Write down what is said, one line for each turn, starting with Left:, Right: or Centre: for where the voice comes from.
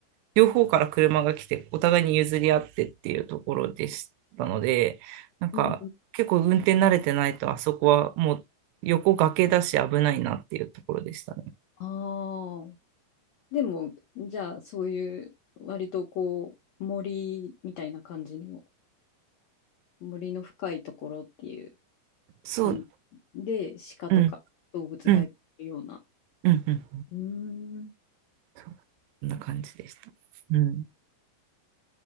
Right: 両方から車が来て、お互いに譲り合ってっていうところでしたので、なんか結構運転慣れてないと、
Left: うん
Right: あそこはもう横崖だし危ないなっていうところでしたね。
Left: ああ、でも、じゃあ、そういう、割とこう、森みたいな感じの、森の深いところっていう
Right: そう、
Left: 感じで、鹿とか動物がいるような。
Right: うん、うん、うん、うん。
Left: うーん
Right: そうこんな感じでした。うん。